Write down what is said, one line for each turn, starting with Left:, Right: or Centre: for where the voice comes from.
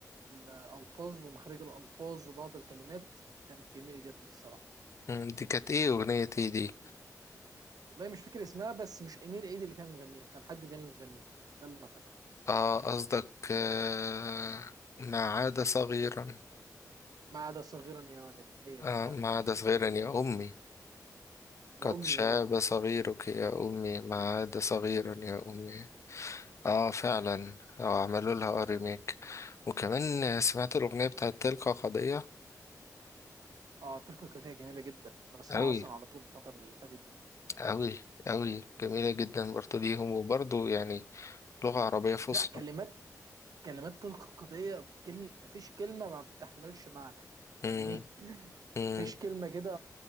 Right: الالفاظ ومخارج الالفاظ وبعض الكلمات كانت جميله جدا الصراحه
Left: مم، دي كانت ايه اغنية ايه دي
Right: والله مش فاكر اسمها بس مش امير عيد اللي كان مغنيها كان حد تاني اللي مغنيها ده اللي انا فاكره
Left: اه قصدك آه ما عاد صغيرا
Right: ما عدا صغيرا يا ولد هي
Left: آه
Right: دي فعلا
Left: ما عاد صغيرا يا أمي
Right: يا
Left: قد
Right: امي
Left: شاب
Right: اه
Left: صغيرك يا أمي ما عاد صغيرا يا أمي اه فعلا آه عملوا لها ريميك وكمان سمعت الأغنية بتاعت تلك قضية
Right: اه تركه كده جميله جدا انا بسمعها
Left: أوي
Right: اصلا على طول الفتره اللي فاتت دي
Left: أوي أوي جميلة جدا برضو ليهم وبرضو يعني لغة عربية فصحى
Right: لا كلمات كلمات تلقائية في كل مفيش كلمة ما بتحملش معنى فاهمني
Left: مم، مم،
Right: مفيش كلمة كده